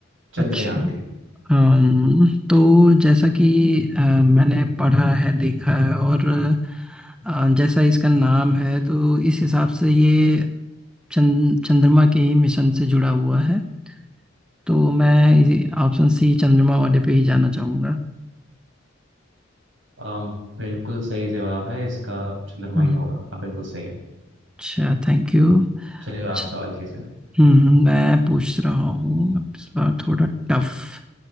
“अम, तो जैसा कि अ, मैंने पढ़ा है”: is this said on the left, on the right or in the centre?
Centre